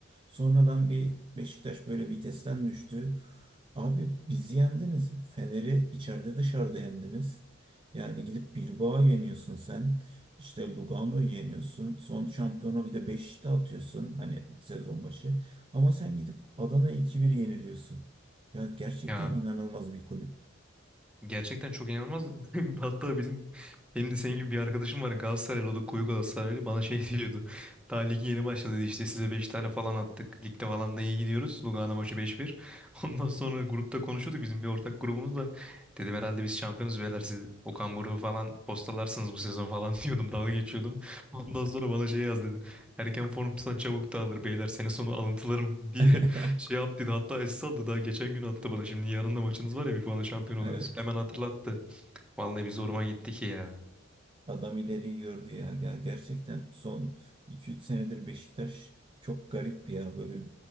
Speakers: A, on the right (about 25°); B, in the centre.
A: Sonradan bir Beşiktaş böyle vitesten düştü. Abi bizi yendiniz. Fener'i içeride dışarıda yendiniz. Yani gidip Bilbao'yu yeniyorsun sen. İşte Lugano'yu yeniyorsun. Son şampiyona bir de Beşiktaş'ta atıyorsun. Hani sezon başı. Ama sen gidip Adana'ya iki bir yeniliyorsun. Ya gerçekten
B: Ya
A: inanılmaz bir kulüp.
B: gerçekten çok inanılmaz. <laughs> Hatta bizim benim de senin gibi bir arkadaşım var Galatasaraylı o da koyu Galatasaraylı bana şey <laughs> diyordu. Daha ligi yeni başladı dedi, işte size 5 tane falan attık. Ligde falan da iyi gidiyoruz. Lugano maçı beş bir. <laughs> Ondan sonra grupta konuşuyorduk bizim bir ortak grubumuz var. Dedim herhalde biz şampiyonuz beyler siz Okan Buruk'u falan postalarsınız bu sezon falan <laughs> diyordum dalga geçiyordum. Ondan sonra bana şey yaz dedi. Erken formdan çabuk dağılır beyler sene sonu alıntılarım diye
A: <laughs>
B: <laughs> Şey yaptıydı hatta SS aldı daha geçen gün attı bana. Şimdi yarın da maçınız var ya bir puanla şampiyon
A: Evet,
B: olursunuz. Hemen hatırlattı. Vallahi bir zoruma gitti ki ya.
A: adam ileriyi gördü ya. Ger- Gerçekten son iki üç senedir Beşiktaş çok garip ya. Böyle